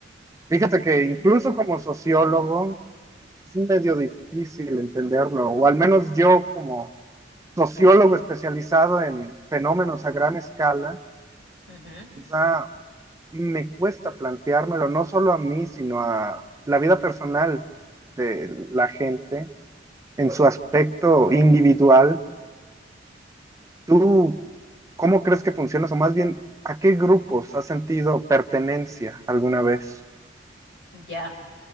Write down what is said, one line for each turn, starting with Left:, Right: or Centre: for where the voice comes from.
Right: fíjate que
Left: Okay.
Right: incluso como sociólogo es medio difícil entenderlo, o al menos yo como sociólogo especializado en fenómenos a gran escala,
Left: Ujú,
Right: quizá me cuesta planteármelo no solo a mí, sino a la vida personal de la gente en su aspecto individual. ¿Tú ¿Cómo crees que funciona eso? Más bien, ¿a qué grupos has sentido pertenencia alguna vez?
Left: Ya.